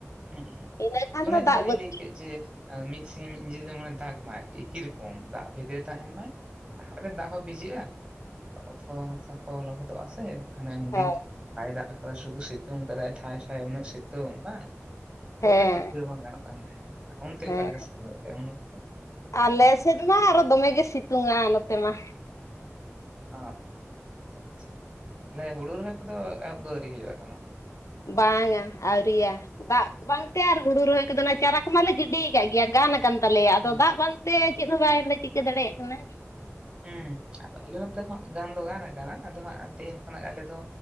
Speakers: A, on the right; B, on the left.
A: ᱦᱩᱸᱜ
B: ᱤᱱᱟᱹᱠᱷᱟᱱ
A: ᱚᱱᱮ
B: ᱫᱚ
A: ᱡᱟᱦᱟᱸ
B: ᱫᱟᱜ
A: ᱞᱤᱧ
B: ᱵᱟᱹᱫ
A: ᱞᱟᱹᱭ ᱠᱮᱫ ᱡᱮ ᱢᱤᱫ ᱥᱤᱧ ᱢᱤᱫ ᱧᱤᱫᱟ. ᱡᱮᱢᱚᱱ-ᱮ ᱫᱟᱜ ᱢᱟ ᱟᱨᱠᱤ ᱮᱠᱤ ᱨᱚᱠᱚᱢ ᱫᱟᱜ ᱵᱷᱮᱫ ᱨᱮ ᱛᱟᱦᱮᱸᱱ ᱢᱟᱭ ᱨᱮ ᱫᱟᱜ ᱦᱚᱸ ᱵᱷᱤᱡᱟᱹᱜᱼᱟ ᱚᱛ ᱠᱚ ᱦᱟᱥᱟ ᱠᱚ ᱞᱚᱦᱚᱫᱚᱜᱼᱟ ᱥᱮ ᱦᱟᱱᱮ ᱩᱱᱫᱤᱱ
B: ᱦᱮᱸ
A: ᱵᱟᱭ ᱫᱟᱜ ᱟᱠᱟᱫᱟ ᱥᱩᱫᱷᱩ ᱥᱤᱛᱩᱝ ᱠᱟᱫᱟᱭ ᱴᱷᱟᱭ ᱴᱷᱟᱭ ᱩᱱᱟᱹᱜ ᱥᱤᱛᱩᱝ ᱵᱟᱝ ᱥᱤᱛᱩᱝ
B: ᱦᱮᱸ
A: ᱨᱮ ᱴᱤᱠᱟᱹᱣ ᱵᱟᱝ ᱜᱟᱱᱚᱜ ᱠᱟᱱ ᱛᱟᱦᱮᱸᱫ ᱚᱱᱛᱮ
B: ᱦᱮᱸ
A: ᱚᱠᱟ ᱞᱮᱠᱟ ᱥᱤᱛᱩᱝ ᱮᱫ ᱛᱟᱦᱮᱸᱫ ᱩᱱ ᱚᱠᱛᱚ
B: ᱟᱞᱮ ᱥᱮᱫ ᱢᱟ ᱟᱨᱚ ᱫᱚᱢᱮ ᱜᱮ ᱥᱤᱛ ᱛᱩᱸᱣᱟ ᱱᱚᱛᱮ ᱢᱟ
A: ᱚ ᱟᱪᱪᱷᱟ ᱟᱪᱪᱷᱟ ᱛᱟᱦᱞᱮ ᱦᱩᱲᱩ ᱨᱚᱦᱚᱭ ᱠᱚᱫᱚ ᱮᱦᱚᱵ ᱫᱚ ᱟᱹᱣᱨᱤ ᱦᱩᱭᱩᱜ-ᱟ ᱮᱠᱷᱚᱱᱚ?
B: ᱵᱟᱝᱟ ᱟᱹᱣᱨᱤᱭᱟ ᱫᱟᱜ ᱵᱟᱝᱛᱮ ᱟᱨ ᱦᱩᱲᱩ ᱨᱚᱦᱚᱭ ᱠᱚᱫᱚ ᱚᱱᱟ ᱪᱟᱨᱟ ᱠᱚ ᱢᱟᱞᱮ ᱜᱤᱰᱤ ᱟᱠᱟᱫ ᱜᱮᱭᱟ ᱜᱟᱱ ᱟᱠᱟᱱ ᱛᱟᱞᱮᱭᱟ
A: ᱦᱩᱸ
B: ᱟᱫᱚ ᱫᱟᱜ ᱵᱟᱝᱛᱮ ᱪᱮᱫ ᱦᱚᱸ ᱵᱟᱭᱞᱮ ᱪᱤᱠᱟᱹ ᱫᱟᱲᱮᱭᱟᱜ ᱠᱟᱱᱟ
A: ᱦᱮᱸ ᱦᱮᱸ ᱟᱫᱚ ᱟᱞᱮ ᱱᱚᱛᱮ ᱦᱚᱸ ᱜᱟᱱ ᱫᱚ ᱜᱟᱱ ᱟᱠᱟᱱᱟ ᱟᱫᱚ ᱦᱟᱸᱜ ᱛᱮᱦᱮᱧ ᱠᱷᱚᱱᱟᱜ ᱟᱞᱮ ᱫᱚ